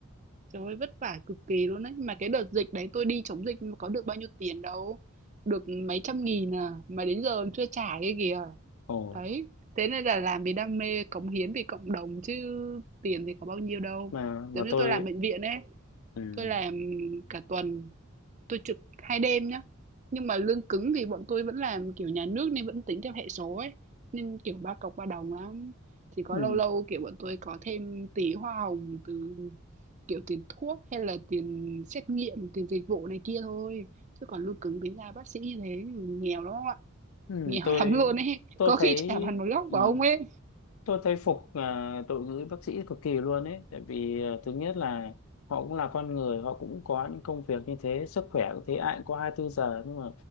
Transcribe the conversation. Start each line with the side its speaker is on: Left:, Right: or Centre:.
Right: Trời ơi, vất vả cực kỳ luôn đấy. Mà cái đợt dịch đấy tôi đi chống dịch mà có được bao nhiêu tiền đâu. Được mấy trăm nghìn à. Mà đến giờ còn chưa trả cái kìa.
Left: ồ
Right: Đấy. Thế nên là làm vì đam mê, cống hiến vì cộng đồng chứ tiền thì có bao nhiêu đâu.
Left: mà mà
Right: Giống như
Left: tôi
Right: tôi làm bệnh viện ấy.
Left: ừ,
Right: Tôi làm cả tuần Tôi trực 2 đêm nhá. Nhưng mà lương cứng thì bọn tôi vẫn làm kiểu nhà nước nên vẫn tính theo hệ số ấy, nên, kiểu, ba cọc ba đồng lắm. Chỉ có
Left: ừ,
Right: lâu lâu, kiểu, bọn tôi có thêm tí hoa hồng từ, kiểu, tiền thuốc hay là tiền xét nghiệm, tiền dịch vụ này kia thôi, chứ còn lương cứng tính ra bác sĩ như thế nghèo lắm ông ạ,
Left: ừ,
Right: nghèo
Left: tôi
Right: <laughs> lắm luôn ấy,
Left: tôi
Right: có khi
Left: thấy
Right: chả bằng một góc
Left: ừ.
Right: của ông ấy.
Left: tôi thấy phục à, đội ngũ y bác sĩ cực kỳ luôn ấy tại vì à, thứ nhất là họ cũng là con người họ cũng có những công việc như thế sức khỏe cũng thế ai cũng có 24 giờ nhưng mà